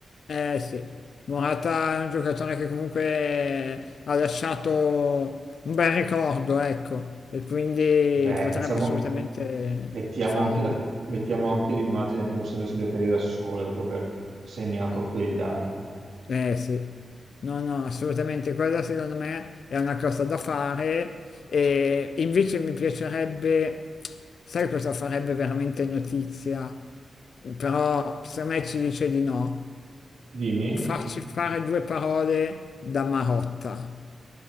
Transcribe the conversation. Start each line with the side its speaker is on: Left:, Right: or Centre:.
Left: Eh sì, Morata è un giocatore che comunque ha lasciato un bel ricordo, ecco, e quindi
Right: Beh,
Left: potrebbe
Right: facciamo,
Left: assolutamente
Right: mettiamo
Left: farlo.
Right: anche la- mettiamo anche l'immagine quando si è messo gli occhiali da sole dopo aver segnato quelli là.
Left: Eh sì, no, no, assolutamente, quella secondo me è una cosa da fare e invece mi piacerebbe, sai cosa farebbe veramente notizia? Però se me ci dice di no,
Right: Dimmi,
Left: Mm. farci fare due parole da Marotta.